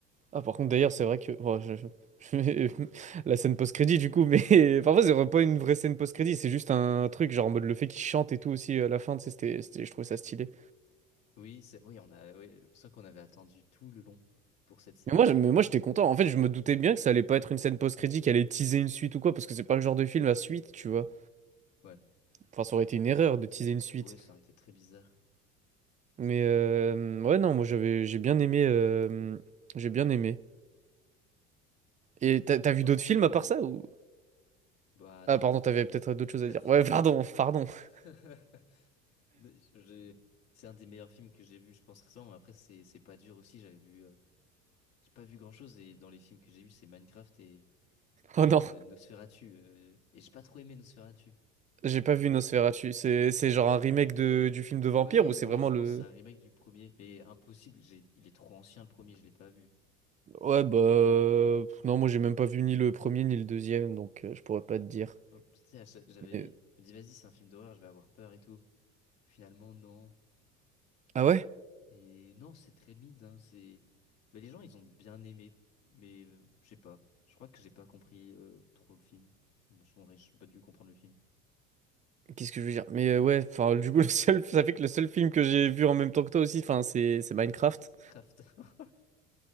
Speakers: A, on the right; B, on the left.
A: ah par contre d'ailleurs, c'est vrai que oh, je- je- <laughs> la scène post-crédit du coup, mais <laughs> parfois c'est pas une vraie scène post-crédit, c'est juste un truc genre en mode le fait qu'il chante et tout aussi euh, à la fin, tu sais, c'était c'était- je trouvais ça stylé.
B: Oui, c'est, oui, on a, ouais, je me sens qu'on avait attendu tout le long pour cette scène.
A: Mais moi, je- mais moi j'étais content. En fait,
B: C'est-
A: je me doutais bien que ça allait pas être une scène post-crédit qui allait teaser une suite ou quoi, parce que c'est pas le genre de film à suite, tu vois.
B: Ouais,
A: Enfin, ça aurait été une erreur de teaser une suite.
B: ouais, ça aurait été très bizarre.
A: Mais euh, ouais, non, moi j'avais, j'ai bien aimé. euh, j'ai bien aimé. Et t'as,
B: Ouais,
A: t'as
B: je
A: vu
B: pense
A: d'autres
B: que
A: films
B: c'est.
A: à part ça ou...
B: Bah, attends,
A: Ah, pardon,
B: j'ai pas
A: t'avais
B: fini.
A: peut-être d'autres
B: J'ai
A: choses
B: pas
A: à dire.
B: fini.
A: Ouais, pardon, pardon. <laughs>
B: <laughs> J'ai- C'est un des meilleurs films que j'ai vu, je pense récemment. Mais après, c'est c'est pas dur aussi. J'avais vu, euh, j'ai pas vu grand-chose et dans les films que j'ai vus, c'est Minecraft et
A: Oh
B: et
A: non,
B: euh, Nosferatu. euh, et j'ai pas trop aimé Nosferatu.
A: j'ai pas vu Nosferatu. C'est, c'est genre un remake de, du film de vampire
B: Ouais,
A: ou c'est
B: ouais,
A: vraiment
B: je
A: le.
B: pense que c'est un remake du premier, mais impossible, j'ai- il est trop ancien le premier, je l'ai pas vu.
A: Ouais, bah. euh, Non, moi j'ai même pas vu ni le premier ni le deuxième, donc euh, je pourrais pas te dire.
B: Hop, Tu sais, à chaque- j'avais,
A: Mais- euh,
B: je me dis vas-y, c'est un film d'horreur, je vais avoir peur et tout. Finalement, non.
A: Ah ouais?
B: Et non, c'est très mid, hein, c'est... Mais les gens, ils ont bien aimé, mais euh, je sais pas, je crois que j'ai pas compris euh, trop le film. Bon, en vrai, j'ai pas dû comprendre le film.
A: Qu'est-ce que je veux dire? Mais euh, ouais, enfin, du coup, le seul, <laughs> ça fait que le seul film que j'ai vu en même temps que toi aussi, enfin, c'est c'est Minecraft.
B: Minecraft, <laughs>